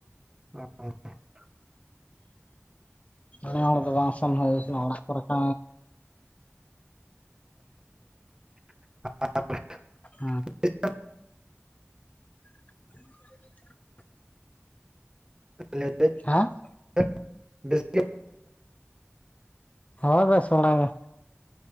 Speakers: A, on the right; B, on the left.
A: <inaudible>
B: ᱱᱮ ᱦᱚᱲ ᱫᱚ ᱵᱟᱝ ᱥᱮᱱ ᱦᱩᱭ ᱠᱟᱱᱟ ᱚᱲᱟᱜ ᱠᱚᱨᱮ ᱜᱮ
A: <unintelligible>
B: ᱦᱮᱸ <inaudible>
A: ᱞᱟᱹᱭ ᱫᱟᱹᱧ
B: ᱦᱮᱸ
A: <unintelligible> ᱵᱤᱥ
B: ᱦᱳᱭ ᱵᱮᱥ ᱵᱟᱲᱟᱜᱮ᱾